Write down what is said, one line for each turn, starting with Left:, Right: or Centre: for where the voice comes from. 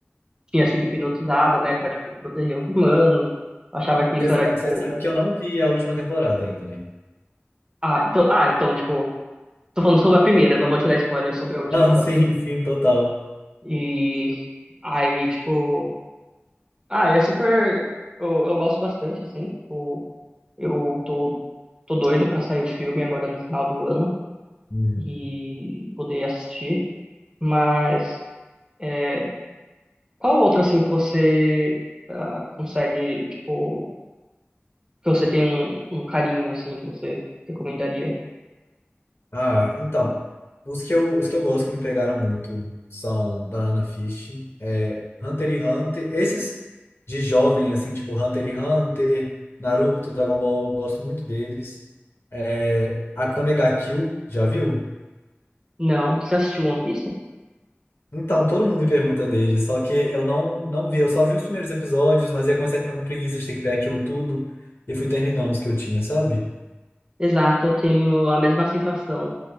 Right: tinha sido hipnotizada, né, pra, tipo, proteger os humanos, achava que
Left: Você
Right: isso
Left: sabe,
Right: era, tipo,
Left: você sabe que eu não vi a última temporada ainda, né? <laughs>
Right: ah, então, ah, então, tipo, Tô falando sobre a primeira, não vou te dar spoiler sobre a última,
Left: Não,
Right: então.
Left: sim, sim, total.
Right: E aí, tipo, ah, é super. Eu, eu gosto bastante, assim, tipo, eu tô, tô doido pra sair o filme agora no final do ano
Left: Uhum.
Right: e, poder assistir. Mas é, qual outra, assim, que você ah, consegue, tipo, que você tem um, um carinho, assim, que você recomendaria?
Left: Ah, então, os que eu, os que eu gosto que me pegaram muito são Banana Fish, é, Hunter x Hunter, esses de jovem, assim, tipo Hunter x Hunter, Naruto, Dragon Ball, eu gosto muito deles. É, Akame ga Kill, já viu?
Right: Não, você assistiu One Piece?
Left: Então, todo mundo me pergunta dele, só que eu não, não vi, eu só vi os primeiros episódios, mas aí eu comecei a ficar com preguiça de ter que ver aquilo tudo e fui terminando os que eu tinha, sabe?
Right: Exato, eu tenho a mesma sensação.